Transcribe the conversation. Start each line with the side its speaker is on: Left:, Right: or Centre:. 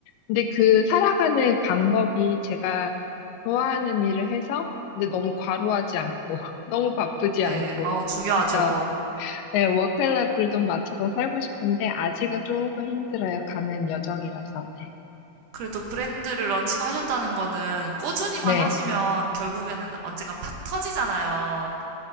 Left: 근데 그 살아가는 방법이 제가 좋아하는 일을 해서, 근데 너무 과로하지 않고, <laughs> 너무 바쁘지
Right: 네.
Left: 않고,
Right: 아우, 중요하죠.
Left: 진짜 네, 워크라이프를 좀 맞춰서 살고 싶은데 아직은 조금 힘들어요. 가는 여정이라서. 네.
Right: 그래도 브랜드를 런칭하셨다는 거는 꾸준히만
Left: 네.
Right: 하시면 결국에는 언젠가 팍 터지잖아요.